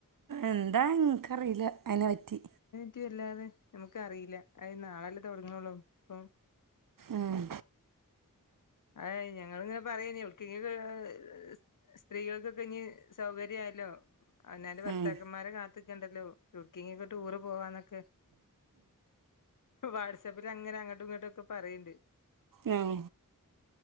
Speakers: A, on the right; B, on the left.
A: എന്താ എന്ക്കറിയില്ല അയനെ പറ്റി
B: ക്കി അല്ലാതെ നമുക്കറിയില്ല അത് നാളല്ലേ തുടങ്ങണുള്ളൂ പ്പോ
A: ആഹ്
B: ആയ് ഞങ്ങളിങ്ങനെ പറയന്നെ ഇവൾക്ക് <unintelligible> സ്ത്രീകൾക്കൊക്കെ ഇനി സൗകര്യയാല്ലോ അവനവനൻ്റെ ഭർത്താക്കന്മാരെ
A: ഉം.
B: കാത്ത് ന്നിക്കണ്ടല്ലോ <unintelligible> ടൂറ് പോവാന്നൊക്കെ വാട്സാപ്പിലങ്ങനെ അങ്ങട്ടും ഇങ്ങട്ടും ഒക്കെ പറയ്ണ്ട്
A: ഉം